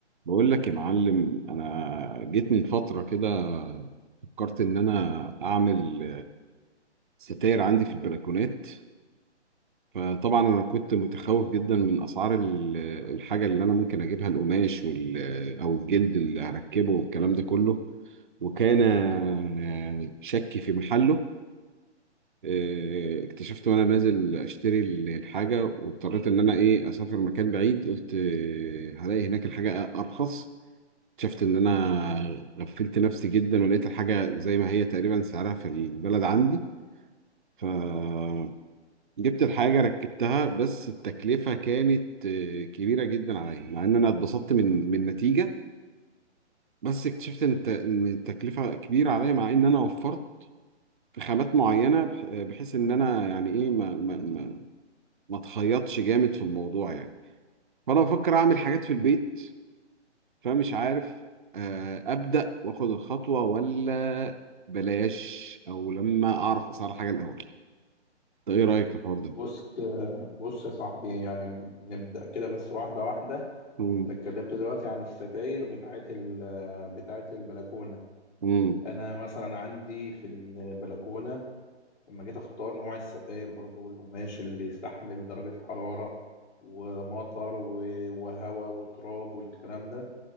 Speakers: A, on the right; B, on the left.
A: بقول لك يا معلم انا جيت من فتره كده فكرت ان انا اعمل ستاير عندي في البلكونات فطبعا انا كنت متخوف جدا من اسعار ال- الحاجه اللي انا ممكن اجيبها القماش وال او الجلد اللي هركبه والكلام ده كله وكان يعني شكي في محله آه، اكتشفت وانا نازل اشتري ال- الحاجه واضطريت ان انا ايه اسافر مكان بعيد قلت آه، هلاقي هناك الحاجه ارخص شفت ان انا غفلت نفسي جدا ولقيت الحاجه زي ما هي تقريبا سعرها في البلد عندي فجبت الحاجه ركبتها بس التكلفه كانت آه، كبيره جدا عليا مع ان انا اتبسطت من من النتيجه بس اكتشفت ان الت- إن التكلفه كبيره عليا مع ان انا وفرت في خامات معينه بح- بحيث ان انا يعني ايه ما ما ما ما اتخيطش جامد في الموضوع يعني فانا بفكر اعمل حاجات في البيت فمش عارف آه، أبدأ وآخد الخطوة ولا بلاش أو لما أعرف أسعار حاجة الأول ده إيه رأيك في الحوار ده؟
B: بص بص يا صاحبي يعني نبدأ كده بس واحدة واحدة
A: مم.
B: انت اتكلمت دلوقتي عن الستاير بتاعت ال- بتاعت البلكونة
A: مم.
B: انا مثلا عندي في البلكونة لما جيت اختار نوع الستاير برضو والقماش اللي يستحمل درجة حرارة ومطر و- وهواء وتراب والكلام ده